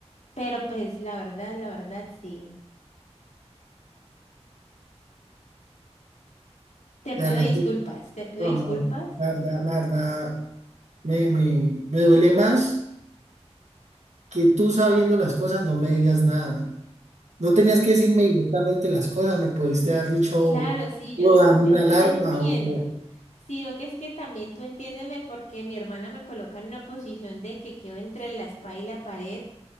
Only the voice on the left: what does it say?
Pero pues la verdad, la verdad, sí. Te pido
disculpas,
te pido
disculpas.
Claro, sí, yo,
yo
te entiendo.
Sino que es que también tú entiéndeme porque mi hermana me coloca en una posición de que quedo entre la espada y la pared,